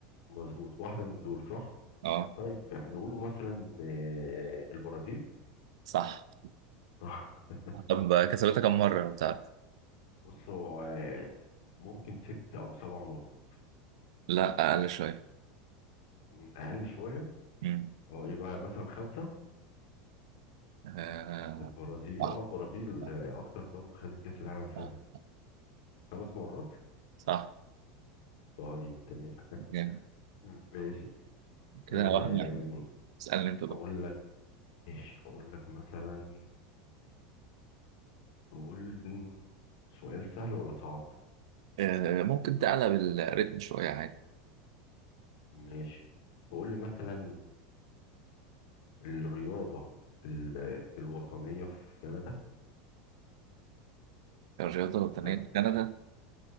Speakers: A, on the left (about 70°); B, on the right (about 75°).
A: مظبوط واحده من دول صح
B: اه
A: طيب هنقوله مثلا آه البرازيل
B: صح
A: صح <laughs>
B: طب كسبتها كم مرة بتاع
A: بص هو آه، ممكن ست او سبع مرات
B: لا أقل شوية
A: م، اقل شويه
B: مم.
A: اه يبقى مثلا خمسه
B: آه.
A: البرازيل
B: صح
A: اه البرازيل
B: صح
A: آه، اكتر دوله خدت كاس العالم فعلا
B: صح
A: خمس مرات
B: صح.
A: طيب تمام
B: جامد
A: ماشي
B: كده
A: آم،
B: واحد واحد اسألني أنت بقى
A: اقول لك ماشي اقول لك مثلا وقول سؤال سهل ولا صعب
B: آه. ممكن تعلى بالريتم شوية عادي
A: ماشي وقول لي مثلا الرياضة ال- الوطنية في كندا
B: الرياضة الوطنية
A: أنا-
B: لكندا